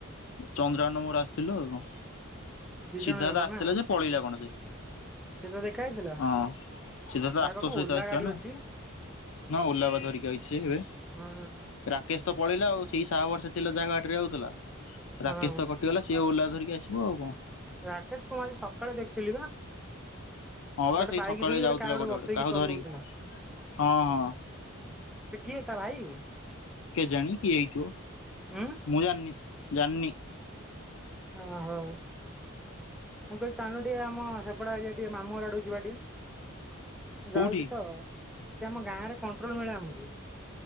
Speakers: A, on the left; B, in the centre.
A: ଚନ୍ଦ୍ରାନ ମୋର ଆସିଥିଲୁ ଆଉ।
B: ଦି
A: ସିଧାର୍ଥ
B: ଜଣ ଗଲ
A: ଆସିଥିଲା
B: ନା
A: ଯେ ପଳେଇଲା କଣ? ସେ
B: ସେ ତ ଦେଖା ହେଇଥିଲା
A: ହଁ ସିଧାର୍ଥ
B: ତାର
A: ଆଶୁତୋଷ
B: ପାଖକୁ
A: ସହିତ
B: ଓଲା
A: ଆସିଥିଲା
B: ଗାଡି
A: ନା।
B: ଅଛି।
A: ହଁ ଓଲାପା ଧରିକି ଆଇଛି ସେ ଏବେ,
B: ହଁ
A: ରାକେଶ ତ ପଳେଇଲା ଆଉ ସେଇ ଶାହା ଭରସା ସେ ଜାଗାଟରେ ଯଉଥିଲା <unintelligible>
B: ହଁ
A: ରାକେଶ ତ କଟିଗଲା ସିଏ ଓଲା ଧରିକି ଆସିବ ଆଉ କଣ?
B: ରାକେଶ କୁ ମୁଁ ଆଜି ସକାଳେ ଦେଖିଥିଲି ପା।
A: ହଁ ବା
B: ଗୋଟେ
A: ସେଇ
B: ବାଇକ
A: ସକାଳେ
B: ଧରି
A: ଯାଉଥିଲା
B: ଗୋଟେ କାହା ଗୋଟେ ବସେଇକି
A: କାହାକୁ
B: ଚଲଉଥିଲା।
A: ଧରିକି ହଁ ହଁ
B: ସେ କିଏ ତା ଭାଇ?
A: କେଜାଣି କିଏ ହେଇଥିବ
B: ଉଁ
A: ମୁଁ ଜାଣିନି। ଜାଣିନି।
B: ଓହୋ। ମୁଁ କହିଲି ଚାଲୁନୁ ଟିକେ ଆମ ସେପଟ ଆଡେ ଟିକେ ମାମୁଁ ଆଡୁ ଯିବା ଟିକେ। ଯାଉଛି
A: କୋଉଠି
B: ତ ସେ ଆମ ଗାଁରେ କଣ୍ଟ୍ରୋଲ ମିଳେ। ହ <inaudible>